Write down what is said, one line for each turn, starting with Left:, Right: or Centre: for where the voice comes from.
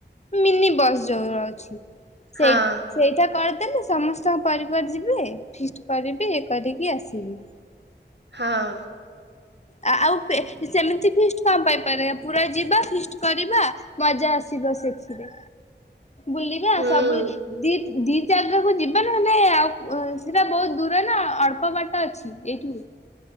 Left: ମିନି ବସ୍ ଯୋଉ ରହୁଛି। ସେଇ
Right: ହଁ
Left: ସେଇଟା କରିଦେଲେ ସମସ୍ତଙ୍କ ପରିବାର ଯିବେ ଫିଷ୍ଟ କରିବି କରିକି ଆସିବି।
Right: ହଁ।
Left: ଆ ଆଉ ପେ ସେମିତି ଫିଷ୍ଟ କଣ ପାଇଁ କରିବା ପୁରା ଯିବା ଫିଷ୍ଟ କରିବା ମଜା ଆସିବ ସେଥିରେ ବୁଲିବା
Right: ହୁଁ
Left: ସବୁ ଦିତ୍ ଦି ଜାଗାକୁ ଯିବା ନହେଲେ ଆଉ ଅ ସେଟା ବହୁତ ଦୂର ନା ଅଳ୍ପ ବାଟ ଅଛି ଏଇଠୁ?